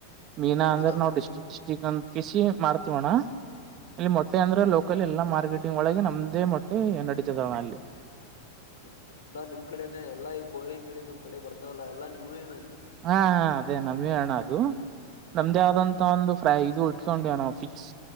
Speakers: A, on the right; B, on the left.
A: ಮೀನಾ
B: ಹೌದಾ
A: ಅಂದ್ರೆ ನಾವು ಡಿಸ್ಟಿಕ್ ಡಿಸ್ಟಿಕ್ ಅಂತ ಕಿಸಿ ಮಾಡ್ತವಣ ಇಲ್ಲಿ ಮೊಟ್ಟೆ
B: ಹೌದಾ
A: ಅಂದ್ರೆ ಲೋಕಲ್ ಎಲ್ಲಾ ಮಾರ್ಕೆಟಿಂಗ್ ಒಳಗೆ ನಮ್ದೇ ಮೊಟ್ಟೆ ನಡೀತದಣ ಅಲ್ಲಿ
B: ಹೌದೌದು ಎಲ್ಲಾ ನಿಮ್ ಕಡೆನೆ ಎಲ್ಲಾ ಈ ಕೋಳಿ ಗೀಳಿಮ್ ಕಡೆ ಬರ್ತಾವಲ್ಲ ಎಲ್ಲಾ ನಿಮೇ ಅಂತ
A: ಹಾ ಹಾ ಅದೇ ನಮ ಅಣ ಅದು ನಮ್ದೇ
B: ಹೌದಾ
A: ಆದಂತ ಒಂದು ಫ್ರೈ ಇದು ಉಟ ಕೊಂಡ ನಾವು ಫಿಕ್ಸ್